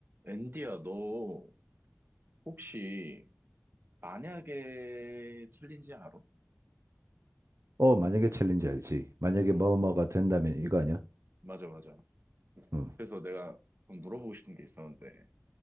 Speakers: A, on the right; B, on the right.
A: 앤디야, 너 혹시 만약에 챌린지 알아?
B: 어, 만약에 챌린지 알지. 만약에
A: 어,
B: 뭐뭐가 된다면 이거 아니야?
A: 맞아, 맞아.
B: 응.
A: 그래서 내가 좀 물어보고 싶은 게 있었는데,